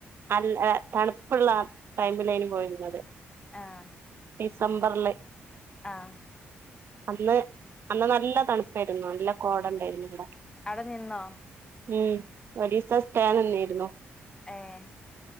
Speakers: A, on the right; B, on the left.
A: അല്ല തണുപ്പുള്ള ടൈമിലന് പോയിരുന്നത്
B: ആഹ്
A: ഡിസംബറില്
B: ആഹ്
A: അന്ന് അന്ന് നല്ല തണുപ്പായിരുന്നു നല്ല കോട ഉണ്ടായിരുന്നു ഇവിടെ
B: അവിടെ നിന്നോ
A: ഉം ഒഡീസ സ്റ്റൻന്നായിന്നോ
B: ഏഹ്‌